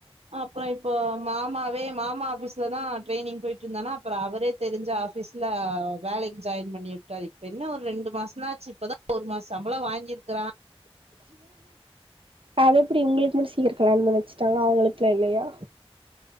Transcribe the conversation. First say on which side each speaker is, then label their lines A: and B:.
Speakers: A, on the right; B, on the right.
A: அப்றம் இப்போ மாமாவே மாமா ஆபீஸ்ல தா ட்ரைனிங் போயிட்டுருந்தானா அப்றம் அவரே தெரிஞ்சு ஆபீஸ்ல வேலைக்கு ஜாயின் பண்ணி விட்டார் இப்ப என்ன ஒரு ரெண்டு மாசம் ஆச்சு இப்பதா ஒரு மாச சம்பளம் வாங்கிர்க்கரான்
B: அது எப்டி உங்களுக்கு மட்டு சீக்கிரம் கல்யாண பண்ணிச்சுட்டாங்க அவங்களுக்கல்லா இல்லயா